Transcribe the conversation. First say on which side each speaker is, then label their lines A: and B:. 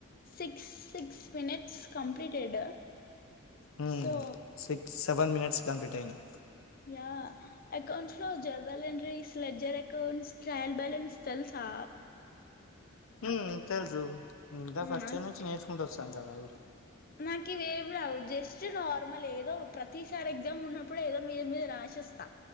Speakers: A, on the left; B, on the left.
A: సిక్స్ మనిట్స్ కంప్లీట్ టడా
B: hmm
A: so
B: six seven minutes complete అయినాయి
A: యా అకౌంట్స్ లో general entries ledger accounts, trial balance తెలుసా
B: ఉమ్ తెలుసు ఇంటర్ ఫస్టుఇయర్
A: నాక్
B: నుంచి నేర్చుకుంటూ వస్తాం కదా అవి
A: నాకు ఇవేమి రావు జస్ట్ నార్మల్ ఏదో ప్రతిసారి ఎగ్జామ్ ఉన్నప్పుడు ఏదో మీద మీద రాసి వస్తా